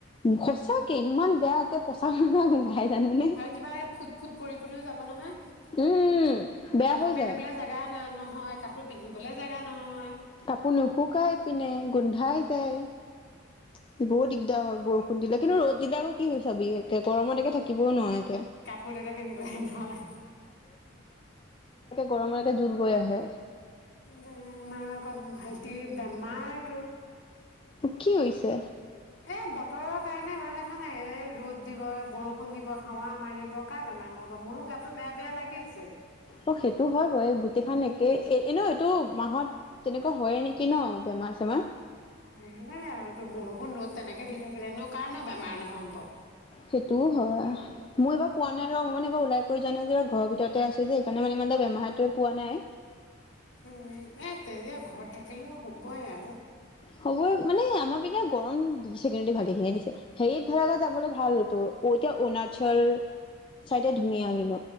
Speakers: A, on the left; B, on the left.
A: সঁচাকে ইমান বেয়াকে পচা গোন্ধাই জাননে
B: আৰু কিবা ফুট ফুট পৰি পৰিও যাব নহয়
A: উম বেয়া
B: কাপোৰ
A: হৈ
B: মেলিবলৈ
A: যায়
B: জোগা নহয় কাপোৰ পিন্ধিবলে জোগা নহয়
A: কাপোৰ নুশুকাই পিনে গোন্ধাই যায় সেই বহুত দিগদাৰ হয় বৰষুণ দিলে কিন্তু ৰ'দবিলাকো কি চবিি একে গৰমত একে থাকিবও নোৱাৰে একে
B: কাপোৰ এটা পিন্ধিব নহয়
A: গৰমৰ এটা জোল বৈ আহে
B: আমাৰ আকৌ ভাইটিৰ বেমাৰতে
A: কি হৈছে
B: এই বতৰৰ কাৰণে মল দেখা নাই এই ৰ'দ দিব বৰষুণ দিব হাৱা মাৰিব কাৰ বেমাৰ নহ'ব মোৰো গাতটো বেয়া বেয়া লাগি আছিল
A: অ সেইটো হয় ব এই গোটেই খন একে এ এ ন এইটো মাহত তেনেকুৱা হয়ে নেকি ন বেমাৰ চেমাৰ
B: হ'বই আৰু তোৰ বৰষুণ ৰ'দ তেনেকে দি থাকিলেনো কাৰনো বেমাৰ নহ'ব
A: সেইটোও হয় মই এইবাৰ পোৱা নাই ৰ অ মান এইবাৰ ওলাই ক জানাই যেিব ঘৰৰ ভিতৰতে আছো যে সেইকাৰণে মানে ইমান এটা বেমাৰতোৱে পোৱা নাই
B: উম এ তেতিয়া ঘৰত থাকিলেও হ'বইে আৰু
A: হব মানে আমাৰ পিনে গৰম দিছে ভালেখিনিয়ে দিছে সেই বিলাকত যাবলৈ ভাল হতো এতিয়া অৰুণাচল চাওতে ধুনীয়া লাগিব